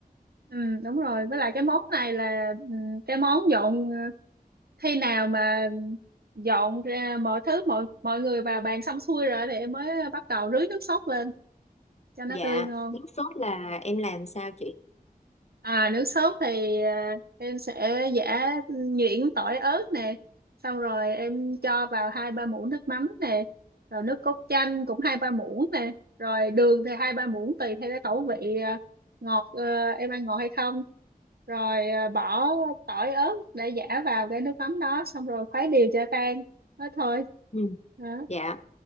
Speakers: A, on the right; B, on the left.
A: ừ, đúng rồi với lại cái món này là ừ, cái món dọn ờ, khi nào mà dọn ra mọi thứ mọi mọi người vào bàn xong xuôi rồi thì em mới bắt đầu rưới nước sốt lên cho nó
B: dạ
A: tươi ngon
B: nước sốt là em làm sao chị
A: À, nước sốt thì à, em sẽ giã nhuyễn tỏi ớt nè xong rồi em cho vào hai ba muỗng nước mắm nè rồi nước cốt chanh cũng hai ba muỗng nè rồi đường thì hai ba muỗng tùy theo cái khẩu vị à, ngọt à, em ăn ngọt hay không rồi à, bỏ tỏi ớt để giã vào cái nước mắm đó xong rồi khuấy đều cho tan thế thôi
B: ừ.
A: đó.
B: dạ